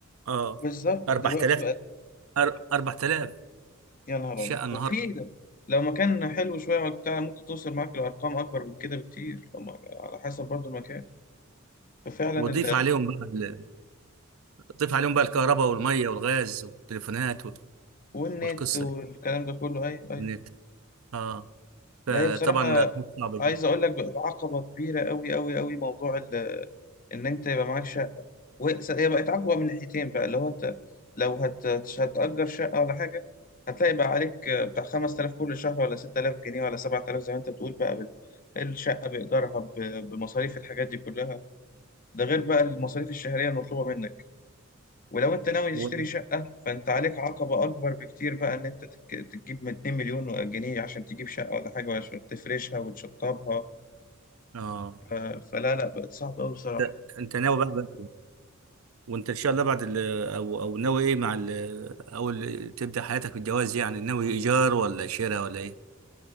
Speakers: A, on the right; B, on the left.
A: آه
B: بالظبط
A: 4000
B: دلوقتي بقت
A: أر- 4000
B: يا نهار
A: شقة
B: أبيض
A: النهاردة
B: وفي ده لو مكان حلو شوية وبتاع ممكن توصل معاك لأرقام أكبر من كده بكتير لما على حسب برضو المكان ففعلا
A: وضيف
B: ال...
A: عليهم بقى ال- ضيف عليهم بقى الكهرباء والمية والغاز والتليفونات وال-
B: والنت
A: والقصة
B: والكلام
A: دي
B: ده كله أيوه أيوه
A: والنت آه
B: ده
A: فطبعا
B: هي بصراحة
A: صعبة جدا
B: عايز أقول لك بقت عقبة كبيرة أوي أوي أوي موضوع ال... إن أنت يبقى معكش وس- هي بقت عقبة من ناحيتين بقى اللي هو انت لو هت... هتأجر شقة ولا حاجة هتلاقي بقى عليك بتاع 5000 كل شهر ولا 6000 جنيه ولا 7000 زي ما انت بتقول بقى بال... الشقة بإيجارها ب... بمصاريف الحاجات دي كلها ده غير بقى المصاريف الشهرية المطلوبة منك ولو انت ناوي
A: و...
B: تشتري شقة فانت عليك عقبة أكبر بكتير بقى ان انت تك... تجيب من 2 مليون جنيه عشان تجيب شقة ولا حاجة وعشان تفرشها وتشطبها
A: آه
B: ف... فلا لا بقت صعبة أوي بصراحة
A: أنت أنت ناوي بقى وانت ان شاء الله بعد ال او او ناوي ايه مع ال او ال- تبدا حياتك بالجواز يعني ناوي ايجار ولا شراء ولا ايه